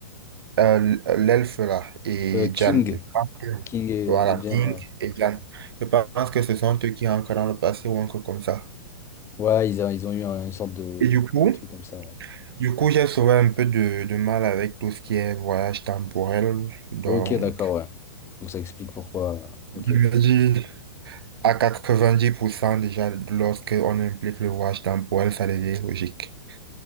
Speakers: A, on the right; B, on the left.
A: euh, l'elfe là et
B: Euh, King.
A: Jan. Je pense que-
B: King et,
A: Voilà,
B: et Jane,
A: King
B: ouais.
A: et Jan. Je pense que ce sont eux qui rentrent dans le passé ou encore comme ça.
B: Ouais, ils, a- ils ont eu un- une sorte de,
A: Et du coup,
B: de truc comme ça, ouais.
A: du coup, j'ai souvent un peu de, de mal avec tout ce qui est voyage temporel. Donc,
B: Ok, d'accord, ouais. Donc ça explique pourquoi. euh, Ok.
A: je me dis à 90% déjà, lorsque on implique le voyage temporel, ça devient logique.